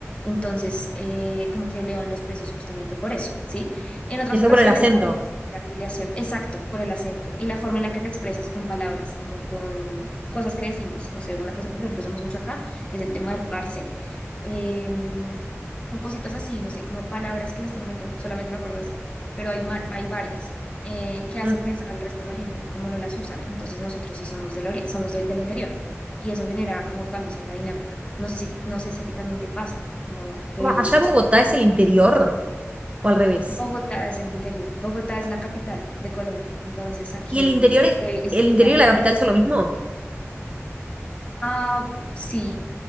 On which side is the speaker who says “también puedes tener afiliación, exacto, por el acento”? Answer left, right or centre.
Left